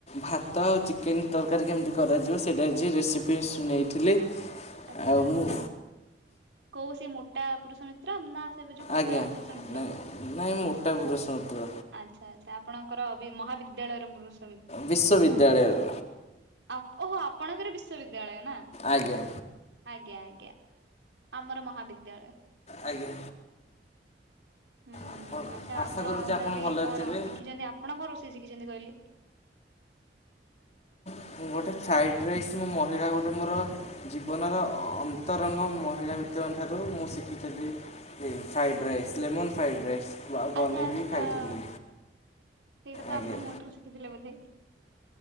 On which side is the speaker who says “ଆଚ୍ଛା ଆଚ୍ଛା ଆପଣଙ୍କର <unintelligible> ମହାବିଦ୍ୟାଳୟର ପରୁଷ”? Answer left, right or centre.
Right